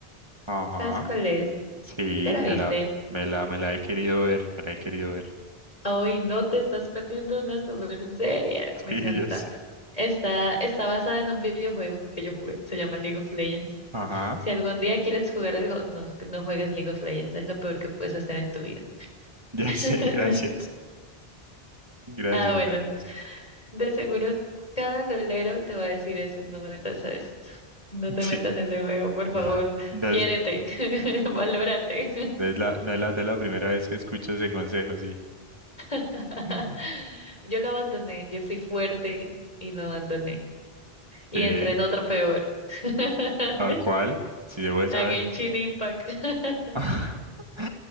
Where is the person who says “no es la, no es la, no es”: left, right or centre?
Right